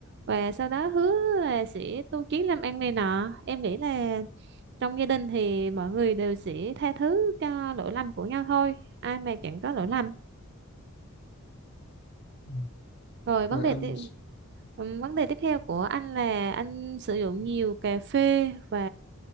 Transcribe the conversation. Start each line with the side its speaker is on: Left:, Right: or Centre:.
Right: Và sau đó hứa là sẽ tu chí làm ăn này nọ. Em nghĩ là trong gia đình thì mọi người đều sẽ tha thứ cho lỗi lầm của nhau thôi. Ai mà chẳng có lỗi lầm.
Left: Ừ.
Right: Rồi vấn
Left: rồi
Right: đề
Left: anh
Right: tiếp ừ, vấn đề tiếp theo của anh là anh sử dụng nhiều cà phê và